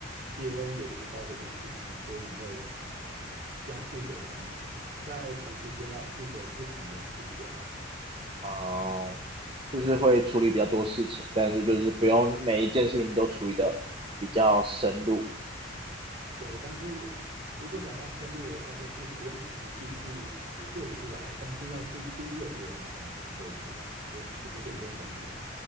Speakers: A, on the right; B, on the right.
A: 别人也知道这件事情，所以你会要负责同时在同时间要负责不同的事件。
B: 哦，就是会处理比较多事情，但是就是不用每一件事情都处理的比较深入，
A: 对，但是如果讲到深入的话，就是不用实际去实做出来，但是要去盯着别人把它实做出来，有有点这种感觉。